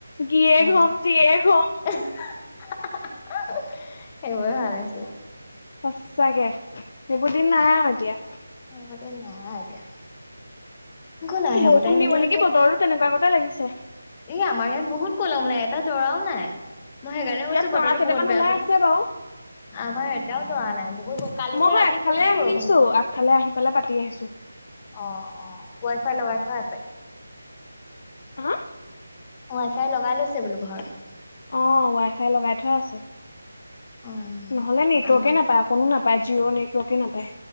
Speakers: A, on the left; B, on the left.
A: গিৰিয়েক
B: উ।
A: হ'ম জীয়েক হ'ম
B: সেইবোৰে ভাল আছিলে।
A: সচাকে সেইবোৰ দিন নাই আৰু এতিয়া।
B: এনেকুৱা দিন নহয় আউ এতিয়া। ক'লা সেইবোৰ
A: বৰষুণ
B: টাইম
A: দিব
B: এতিয়া
A: নেকি বতৰো তেনেকুৱা গতে লাগিছে।
B: এ আমাৰ ইয়াত বহুত কলমলাই এটা তৰাও নাই। মই সেইকাৰণে কৈছোঁ
A: ইয়াত তৰা
B: বতৰটো
A: কেইটামান
B: বহুত বেয়া
A: ওলাই
B: বুলি।
A: আছে বাৰু
B: আমাৰ এটাও তৰা নাই বহুত কালি
A: মই
B: যে
A: হয়
B: ৰাতি
A: আগফালে
B: কিমান
A: আহিছো
B: বৰষুণ দিছে।
A: আগফালে আহি পেলাই পাতি আহিছো
B: অ', অ', ৱাই ফাই লগাই থোৱা আছে?
A: হা
B: ৱাইফাই লগাই লৈছে বোলো ঘৰত।
A: অ' ৱাই ফাই লগাই থোৱা আছে।
B: উম
A: নহ'লে নেটৱৰ্কে
B: আমাৰ
A: নাপায় অকণো নাপায় জিঅ' নেটৱৰ্কে নাপায়।